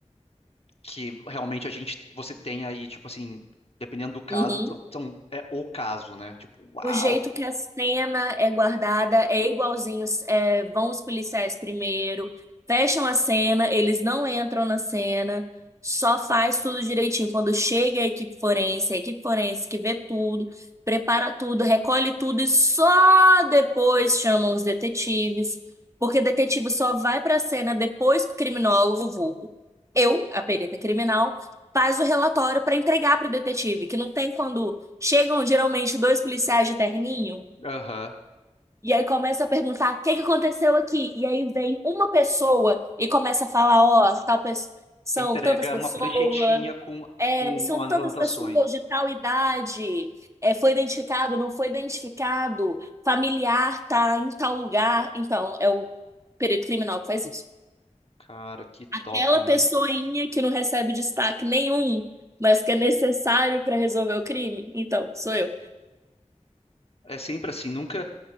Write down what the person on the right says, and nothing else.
Uhum.
O jeito que a cena é guardada é igualzinho. é, vão os policiais primeiro, fecham a cena, eles não entram na cena, só faz tudo direitinho. Quando chega a equipe forense, a equipe forense que vê tudo, prepara tudo, recolhe tudo e só depois chamam os detetives, porque detetive só vai para a cena depois que o criminólogo, vulgo, eu, a perita criminal, faz o relatório para entregar para o detetive, que não tem quando Chegam geralmente dois policiais de terninho
e aí começa a perguntar o que que aconteceu aqui. E aí vem uma pessoa e começa a falar, ó, tal pessoa. São
tantas pessoas,
é,
são
tantas
pessoas de tal idade, é, foi identificado, não foi identificado, familiar tá em tal lugar. Então, é o perito criminal que faz isso.
Aquela
pessoinha que não recebe destaque nenhum, mas que é necessário para resolver o crime, então, sou eu.